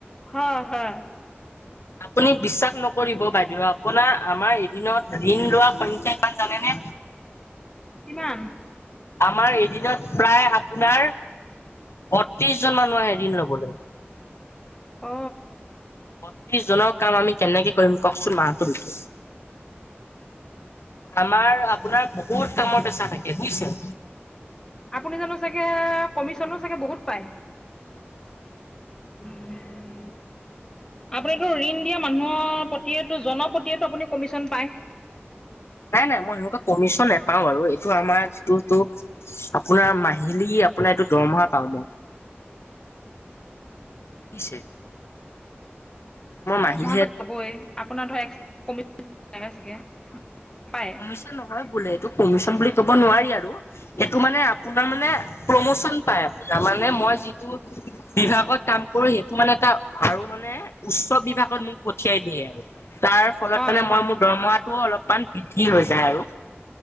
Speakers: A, on the left (about 15°); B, on the left (about 75°).
A: হয় হয়
B: আপুনি বিশ্বাস নকৰিব বাইদেউ আপোনাৰ আমাৰ এদিনত ঋণ লোৱা সংখ্যা কিমান জানেনে?
A: কিমান?
B: আমাৰ এদিনত প্ৰায় আপোনাৰ বত্ৰিশ জন মানুহ আহে ঋণ ল'বলৈ।
A: অ।
B: বত্ৰিশজনৰ কাম আমি কেনেকে কৰিম কওকচোন মাহটোৰ ভিতৰত আমাৰ আপোনাৰ বহুত কামৰ পেচা থাকে বুই-ছে।
A: আপুনি জানো চাগে কমিচনো চাগে বহুত পায়। উ <unintelligible> আপুনিতো ঋণ দিয়া মানুহৰ প্ৰতিয়েটো জন প্ৰতিয়েতো আপুনি কমিচন পায়।
B: নাই নাই মই সেনেকুৱা কমিচন নেপাও বাৰু এইটো আমাৰ যিটোটো- আপোনাৰ মাহিলী আপোনাৰ এইটো দৰমহা পাওঁ মই
A: <inaudible>
B: বুই-ছে। মাহিলী
A: চহাটো পাবই আপোনাৰ ধৰক এক্সম পায় চাগে, পায়?
B: কমিশন নহয় বোলে, এইটো কমিশন বুলি ক'ব নোৱাৰি আৰু। সেইটো মানে আপোনাৰ মানে প্ৰমোচন পায় তাৰ মানে মই যিটো- বিভাগত কাম কৰো সেইটো মানে এটা আৰু মানে উচ্চ বিভাগত মোক পঠিয়াই দিয়ে আৰু। তাৰ ফলত
A: হয়,
B: মানে
A: হয়,
B: মই মোৰ দৰমহাটো অলপমান বৃদ্ধি হৈ যায় আৰু।